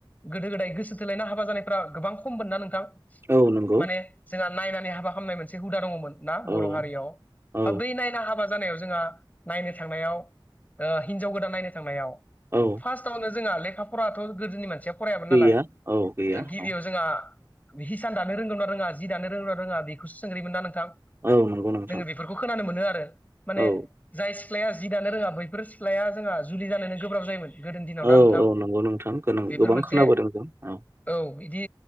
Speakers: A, on the left; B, on the right.
A: गोदो गोदाय गोसो थोलायनाय हाबा जानाय गोबां खममोन ना नोंथां
B: औ नंगौ
A: माने जोंहा नायनानै हाबा खालामनाय मोनसे हुदा दङमोन ना बर'
B: औ
A: हारियाव
B: औ
A: बा बै नायना हाबा जों नायनो थांनायाव ओ हिजाव गोदान नायनो थांनायाव
B: औ
A: फास्तावनो जोंहा लेखाफोराथ' गोदोनि मानसिया फरायामोन
B: गैया
A: नालाय
B: औ गैया
A: गिबियाव
B: औ
A: जोंहा हिसान दानो रोंगौ ना रोङा जि दानो रोंगौ ना रोङा बेखौसो सोंग्रोयोमोन ना नोंथां
B: औ नंगौ नोंथां
A: जोङो बेफोरखौ खोनानो मोनो आरो माने
B: औ
A: जाय सिख्लाया जि दानो रोङा बैफोर सिख्लाया जोंहा जुलि जानोनो गोब्राब जायोमोन गोदोनि दिनाव
B: औ
A: ना नोंथां
B: औ नंगौ नोंथां गोबां
A: बेफोर मोनसे
B: खोनाबोदों जों औ
A: औ बिदि